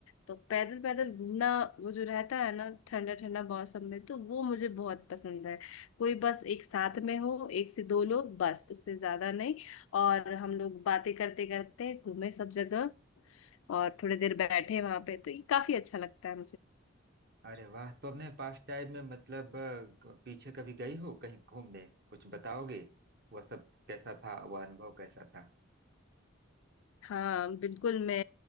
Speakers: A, on the left; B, on the right.
A: तो पैदल पैदल घूमना वो जो रहता है ना ठंडा ठंडा मौसम में तो वो मुझे बहुत पसंद है कोई बस एक साथ में हो एक से दो लोग बस उससे ज्यादा नहीं और हम लोग बातें करते करते घूमे सब जगह और थोड़ी देर बैठे वहां पे तो ये काफी अच्छा लगता है
B: अरे वाह तो अपने पास टाइम में मतलब अ, ग- पीछे कभी गई हो कहीं घूमने कुछ बताओगे वह सब कैसा था वह अनुभव कैसा था
A: हाँ बिल्कुल मैं